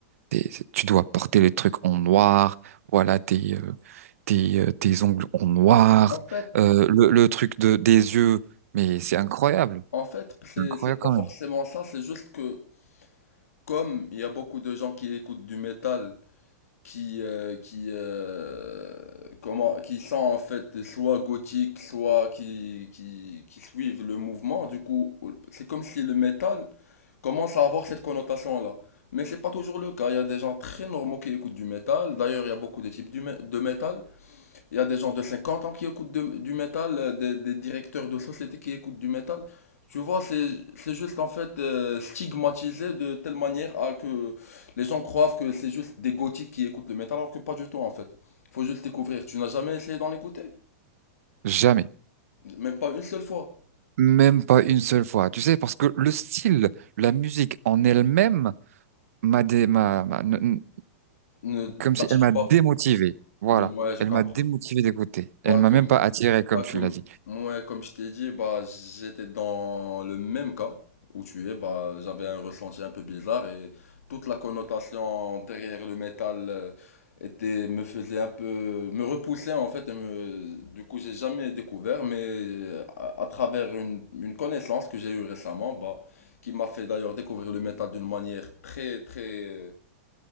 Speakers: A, on the right (about 75°); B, on the left (about 80°).
A: t'es- c'est- tu dois porter les trucs en noir, voilà, tes, euh, tes, euh, tes ongles en noir,
B: En fait,
A: euh, le, le truc de, des yeux, mais c'est incroyable,
B: en fait, c'est,
A: c'est incroyable
B: c'est pas
A: quand
B: forcément
A: même.
B: ça, c'est juste que comme il y a beaucoup de gens qui écoutent du métal qui, euh, qui, euh, comment, qui sont en fait soit gothiques, soit qui, qui, qui suivent le mouvement. Du coup, c'est comme si le métal commence à avoir cette connotation-là. Mais c'est pas toujours le cas. Il y a des gens très normaux qui écoutent du métal. D'ailleurs, il y a beaucoup de types du mé- de métal. Il y a des gens de 50 ans qui écoutent de- du métal, euh, des, des directeurs de société qui écoutent du métal. Tu vois, c'est, c'est juste en fait euh, stigmatisé de telle manière à que les gens croient que c'est juste des gothiques qui écoutent le métal, alors que pas du tout en fait. Faut juste découvrir. Tu n'as jamais essayé d'en écouter?
A: Jamais.
B: Même pas une seule fois.
A: Même pas une seule fois, tu sais, parce que le style, la musique en elle-même m'a dé- m'a- m'a- n- n-
B: Ne
A: comme
B: t'attire
A: si elle m'a
B: pas.
A: démotivé. Voilà,
B: Ouais, je
A: elle
B: comprends.
A: m'a démotivé d'écouter.
B: Bah,
A: Elle m'a
B: comme
A: même pas attiré, comme
B: Bah,
A: tu
B: comme,
A: l'as dit.
B: ouais, comme je t'ai dit, bah, j'étais dans le même cas où tu es. Bah, j'avais un ressenti un peu bizarre et toute la connotation derrière le métal euh, était, me faisait un peu, me repoussait en fait. Et me, du coup, j'ai jamais découvert, mais euh, à, à travers une, une connaissance que j'ai eue récemment, bah, qui m'a fait d'ailleurs découvrir le métal d'une manière très, très, euh,